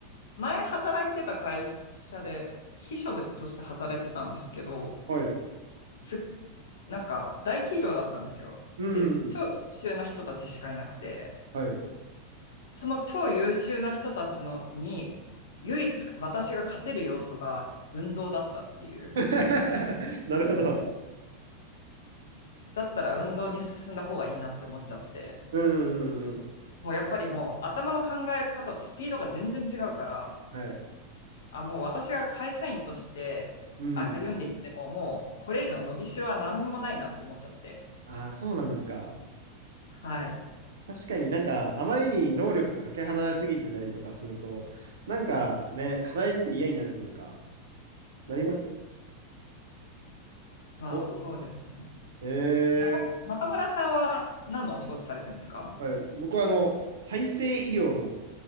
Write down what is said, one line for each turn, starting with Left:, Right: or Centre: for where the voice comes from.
Left: 前働いてた会社で、秘書でとして働いてたんですけど、
Right: はい。
Left: す、なんか大企業だったんですよ。
Right: うん、
Left: で、
Right: うん。
Left: 超優秀な人たちしかいなくて、
Right: はい。
Left: その超優秀な人たちのに、唯一私が勝てる要素が運動だったっていう、
Right: <laughs> なるほど。
Left: だったら運動に進んだ方がいいなって思っちゃって、
Right: うん、うん、うん。
Left: もうやっぱりもう頭の考え方とスピードが全然違うから、
Right: はい。
Left: あ、もう私が会社員として歩んでいっても、
Right: うん。
Left: もうこれ以上伸びしろは何にもないなって思っちゃって。
Right: ああ、そうなんですか。
Left: はい。
Right: 確かになんか、あまりに能力かけ離れすぎてたりとかすると、なんかね、働いてて嫌になるというか、なりますよ。そ
Left: まあそうですね。
Right: うへえ。
Left: 中、中村さんは何のお仕事されてるんですか
Right: はい。僕はあの、再生医療の